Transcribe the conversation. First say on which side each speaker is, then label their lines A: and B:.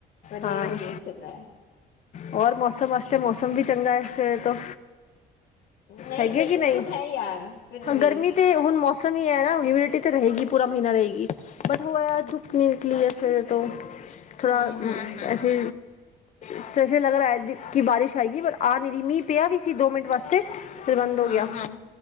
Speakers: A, on the left; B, on the left.
A: ਵਧੀਆ
B: ਹਾਂ
A: ਹੀ ਵਧੀਆ ਚੱਲ ਰਿਹਾ ਹੈ
B: ਹੋਰ ਮੌਸਮ ਵਾਸਤੇ ਮੌਸਮ ਵੀ ਚੰਗਾ ਹੈ। ਸਵੇਰੇ ਤੋਂ
A: ਨਹੀਂ
B: ਹੈਗੇ
A: ਗਰਮੀ
B: ਕਿ ਨਹੀਂ,
A: ਤਾਂ ਹੈ ਯਾਰ ਫਿਰ ਵੀ
B: ਗਰਮੀ ਤੇ ਹੁਣ ਮੌਸਮ ਹੀ ਹੈ। ਨਾ ਇਮਿਊਨਿਟੀ ਤੇ ਰਹੇਗੀ ਪੂਰਾ ਮਹੀਨਾ ਰਹੇਗੀ ਬਟ ਹੋ ਧੁੱਪੀ ਨਿਕਲੀ ਹੈ। ਸਵੇਰੇ ਤੋਂ ਥੋੜ੍ਹਾ
A: ਹਮ ਹਮ ਹਮ
B: ਅਸੀ ਸਸੇ ਲੱਗ ਰਿਹਾ ਕਿ ਬਾਰਿਸ਼ ਆਏਗੀ ਹੈ ਪਰ ਆ ਨਹੀ ਰਹੀ ਮੀਂਹ ਪਿਆ ਵੀ ਸੀ ਦੋ ਮਿੰਟ ਵਾਸਤੇ ਤੇ ਪਰ ਬੰਦ ਹੋ
A: ਹਮ
B: ਗਿਆ
A: ਹਮ